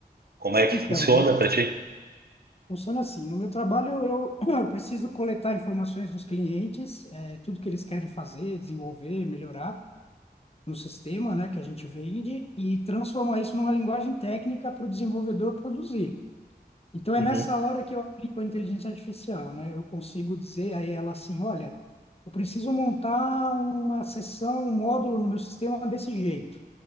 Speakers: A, on the right; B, on the left.
A: como é que
B: Então,
A: funciona para ti?
B: funciona assim. No meu trabalho, eu, <clears throat> eu preciso coletar informações dos clientes, é, tudo que eles querem fazer, desenvolver, melhorar. no sistema, né, que a gente vende e transformar isso numa linguagem técnica para o desenvolvedor produzir. Então é
A: Uhum.
B: nessa hora que eu aplico a inteligência artificial, né? Eu consigo dizer a ela assim, olha, eu preciso montar uma seção, um módulo no meu sistema desse jeito.